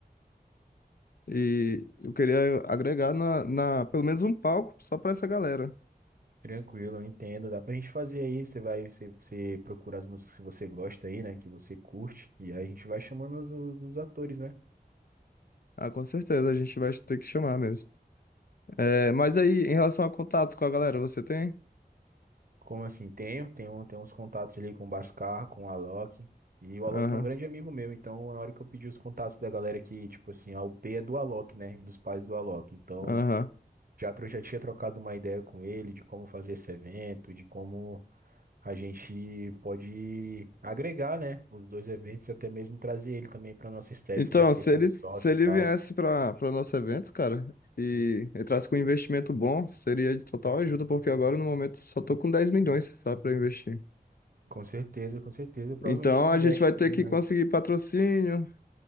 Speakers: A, on the left; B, on the right.
A: E eu queria agregar na, na, pelo menos um palco só pra essa galera.
B: Tranquilo, eu entendo. Dá pra gente fazer aí. Você vai, você, você procura as músicas que você gosta aí, né? Que você curte. E aí a gente vai chamando os, os- os atores, né?
A: Ah, com certeza, a gente vai ter que chamar mesmo. É, mas aí, em relação a contatos com a galera, você tem?
B: Como assim? Tenho, tenho, tenho uns contatos ali com o Bascar, com o Alok. E o Alok
A: Aham,
B: é um grande amigo meu. Então, na hora que eu pedi os contatos da galera que, tipo assim, a U P é do Alok, né? E dos pais do Alok. Então.
A: aham.
B: Já eu já tinha trocado uma ideia com ele de como fazer esse evento, de como a gente pode agregar, né, os dois eventos, e até mesmo trazer ele também para nosso staff,
A: Então,
B: né, ser
A: se
B: como
A: ele,
B: sócio
A: se ele
B: e tal.
A: viesse para para nosso evento, cara, e entrasse com um investimento bom, seria de total ajuda, porque agora no momento só tô com 10 milhões, sabe, para investir.
B: Com certeza, com certeza. Provavelmente
A: Então
B: ele
A: a
B: investe
A: gente vai
B: também,
A: ter que
B: mas
A: conseguir patrocínio.